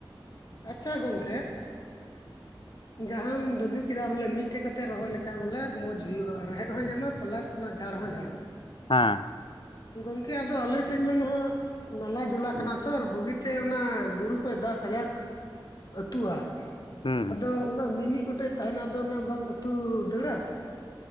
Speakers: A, on the left; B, on the left.
A: ᱟᱪᱪᱷᱟ ᱜᱚᱝᱠᱮ ᱡᱟᱦᱟᱸᱢ ᱫᱟᱹᱵᱤ ᱠᱮᱫᱟ ᱵᱚᱞᱮ ᱢᱤᱫᱴᱮᱡ ᱠᱟᱛᱮᱫ ᱨᱚᱦᱚᱭ ᱞᱮᱠᱷᱟᱡ ᱵᱚᱞᱮ ᱢᱚᱸᱡᱽ ᱦᱩᱭᱩᱜᱼᱟ ᱨᱮᱦᱮᱫ ᱦᱚᱸᱭ ᱧᱟᱢᱟ ᱯᱞᱟᱥ ᱚᱱᱟ ᱡᱷᱟᱲ ᱦᱚᱸ ᱡᱷᱟᱲᱚᱜᱼᱟ᱾
B: ᱦᱮᱸ
A: ᱜᱚᱝᱠᱮ ᱟᱫᱚ ᱟᱞᱮ ᱥᱮᱫ ᱢᱟ ᱱᱷᱟᱜ ᱱᱟᱞᱟ ᱡᱩᱞᱟ ᱠᱟᱱᱟ ᱛᱷᱚᱨ ᱵᱩᱜᱤ ᱛᱮ ᱚᱱᱟ ᱵᱩᱨᱩ ᱠᱷᱚᱡ ᱫᱟᱜ ᱠᱟᱡᱟᱠ ᱟᱹᱛᱩᱼᱟ
B: ᱦᱩᱸ ᱦᱩᱸ
A: ᱟᱫᱚ ᱚᱱᱟ ᱢᱤᱢᱤᱫ ᱜᱚᱴᱮᱡ ᱛᱟᱦᱮᱱᱟ ᱟᱫᱚ ᱚᱱᱟ ᱵᱟᱝ ᱟᱹᱛᱩ ᱫᱟᱹᱲᱟ?